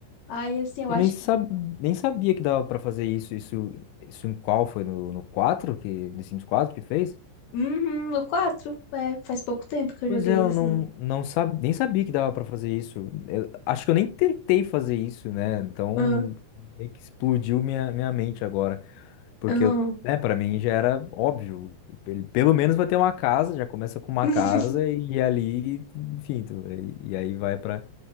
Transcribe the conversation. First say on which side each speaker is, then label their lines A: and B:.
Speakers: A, on the left; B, on the left.
A: Aí assim, eu
B: Eu
A: acho
B: nem, sab...
A: que
B: nem sabia que dava pra fazer isso. Isso, isso em qual foi? No, no 4 que, The Sims 4 que fez?
A: uhum, no 4, é, faz pouco tempo que eu
B: Pois
A: joguei
B: é, eu
A: assim.
B: não, não sab... nem sabia que dava pra fazer isso. Eu- acho que eu nem tentei fazer isso, né? Então,
A: Aham,
B: meio que explodiu minha, minha mente agora. Porque
A: aham.
B: eu, né, para mim já era óbvio. Ele pelo menos vai ter uma casa, já começa com uma
A: <laughs>
B: casa e ali, enfim, tu- e e aí vai pra